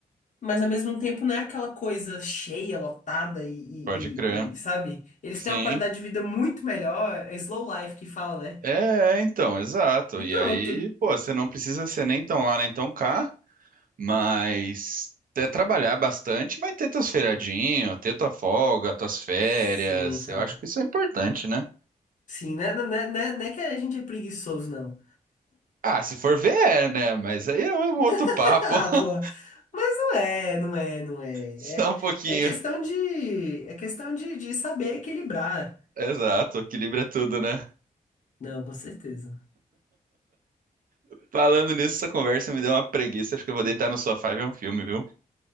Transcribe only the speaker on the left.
mas ao mesmo tempo não é aquela coisa cheia, lotada e, e,
e- e, sabe? Eles
têm uma qualidade de vida muito melhor, é slow life que fala, né?
E
pronto.
Sim, cara.
Sim, né? Não é, não é- não é que a gente é preguiçoso, não.
<laughs>
Ah,
porra. Mas não é, não é, não é.
É,
é questão de, é questão de, de saber equilibrar.
Não, com certeza.